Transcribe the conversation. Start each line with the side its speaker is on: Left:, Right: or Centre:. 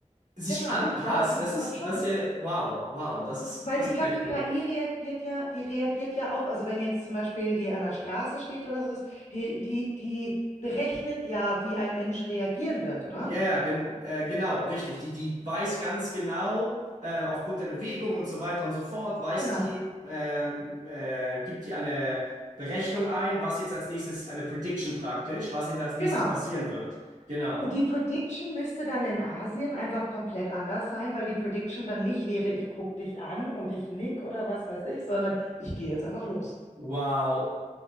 Right: sich
Left: genau,
Right: anpasst.
Left: ich glaube, ich
Right: Das
Left: glaube
Right: ist,
Left: schon.
Right: das ist ja, wow, wow, das ist,
Left: Weil
Right: das
Left: ich
Right: ist
Left: glaube,
Right: ja
Left: die
Right: cool.
Left: KI reagiert ja, die reagiert ja auch, also wenn jetzt zum Beispiel die an der Straße steht oder so, die, die, die berechnet ja, wie ein Mensch reagieren wird, oder?
Right: Ja, ja, gen äh, genau, richtig. Die, die weiß ganz genau, äh, aufgrund der Bewegung und so weiter und so fort, weiß
Left: Genau,
Right: die, äh, äh, gibt die eine Berechnung ein, was jetzt als nächstes, eine Prediction praktisch, was jetzt als nächstes
Left: genau.
Right: passieren wird. Genau.
Left: Und die Prediction müsste dann in Asien einfach komplett anders sein, weil die Prediction dann nicht wäre, ich guck dich an und ich nick oder was weiß ich, sondern ich gehe jetzt einfach los.
Right: Wow.